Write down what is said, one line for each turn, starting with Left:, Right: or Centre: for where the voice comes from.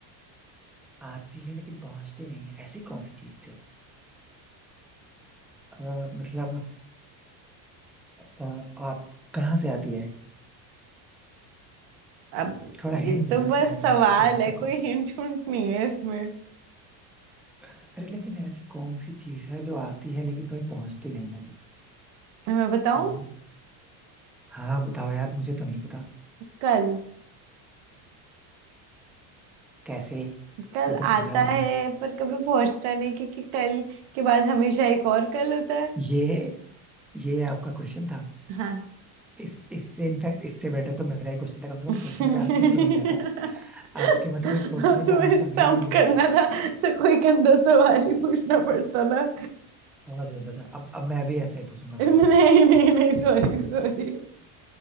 Centre: आती है लेकिन पहुंचती नहीं है ऐसी कौन सी चीज है अ, मतलब अ, आप कहाँ से आती है
Right: अब
Centre: थोड़ा
Right: ये
Centre: हिंट दे
Right: तो
Centre: दो
Right: बस
Centre: शायद
Right: सवाल
Centre: मैं समझ
Right: है
Centre: सकूं
Right: कोई हिंट विंट नहीं है इसमें
Centre: अरे लेकिन ऐसी कौन सी चीज है जो आती है लेकिन कहीं पहुंचती नहीं है
Right: मैं बताऊं
Centre: हाँ हाँ बताओ यार मुझे तो नहीं पता
Right: कल
Centre: कैसे
Right: कल
Centre: मैं तो
Right: आता
Centre: समझा भी नहीं
Right: है पर कभी पहुंचता नहीं क्योंकि कल के बाद हमेशा एक और कल होता है
Centre: ये ये आपका क्वेश्चन था
Right: हाँ
Centre: इस इससे इनफैक्ट इससे बेटर तो मेरा ही क्वेश्चन था कम
Right: <laughs>
Centre: से कम
Right: तुम्हें
Centre: सोचने पे आंसर तो मिल जाता आपके में तो भाई सोचने पे आंसर
Right: स्टंप
Centre: भी नहीं मिलेगा
Right: करना था तो कोई गंदा सवाल ही पूछना पड़ता ना
Centre: बहुत ज्यादा था अब अब मैं भी ऐसा ही पूछूंगा
Right: नहीं
Centre: फिर तो
Right: नहीं नहीं सॉरी सॉरी